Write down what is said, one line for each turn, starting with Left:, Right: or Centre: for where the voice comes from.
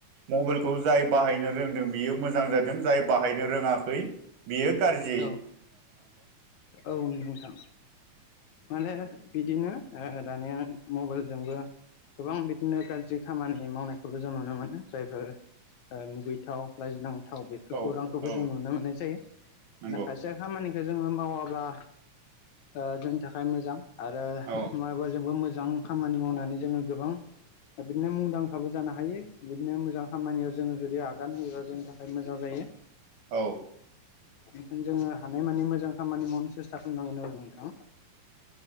Right: मबाइलखौ जाय बाहायनो रोंदों बियो मोजां जादों जाय बाहायनो रोङाखै बियो गारजि
Left: औ औ नोंथां माने बिदिनो ओह दानिया मबाइलजोंबो गोबां बिदिनो गाज्रि खामानि मावनायखौबो जों नुनो मोनो जायफोर ओह मुगै थाव लाइजिनांथाव बेफोर
Right: औ
Left: खौरांखौबो
Right: औ
Left: जों नुनो मोननाय जायो
Right: नंगौ
Left: मानो खायसे खामानि खो जोङो मावाब्ला ओह जोंनि थाखाय मोजां आरो
Right: औ
Left: नङाबा जोंबो मोजां खामानि मावनानै जोङो गोबां बिदिनो मुंदांखाबो जानो हायो बिदिनो मोजां खामानियाव जोङो जुदि आगान होयोबा जोंनि थाखाय मोजां जायो।
Right: औ
Left: बेखायनो जोङो हानायमानि मोजां खामानि मावनो सेस्था खालामनांगोन आरो नोंथां।